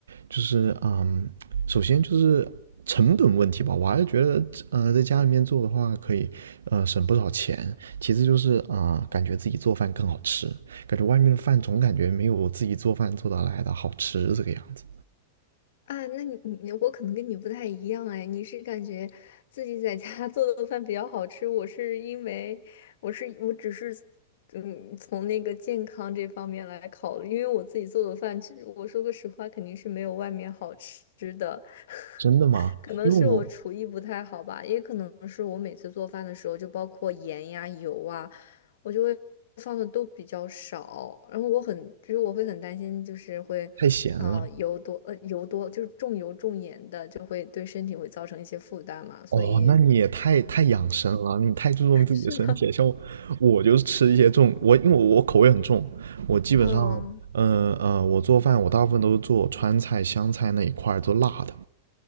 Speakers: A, on the right; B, on the left.
A: 就是嗯，首先就是成本问题吧，我还是觉得呃在家里面做的话可以呃省不少钱，其次就是啊、感觉自己做饭更好吃，感觉外面的饭总感觉没有我自己做饭做得来的好吃这个样子。
B: 啊，那你你我可能跟你不太一样哎，你是感觉自己在家 <laughs> 做的饭比较好吃，我是因为我是我只是嗯从那个健康这方面来考虑，因为我自己做的饭，其实我说个实话，肯定是没有外面好吃的，<laughs>
A: 真的吗？
B: 可能是我厨艺不太好吧，
A: 因为我
B: 也可能是我每次做饭的时候，就包括盐呀、油啊。我就会放的都比较少，然后我很，就是我会很担心，就是会，
A: 太闲了。
B: 啊油多，呃，油多，就是重油重盐的，就会对身体会造成一些负担嘛，所以
A: 哦，那你也太太养生了，你太注重自己的身体了。
B: <laughs>，是的，
A: 像我，我就是吃一些重，我因为我我口味很重，我基本上，
B: 嗯。
A: 嗯呃呃我做饭我大部分都是做川菜、湘菜那一块儿，做辣的。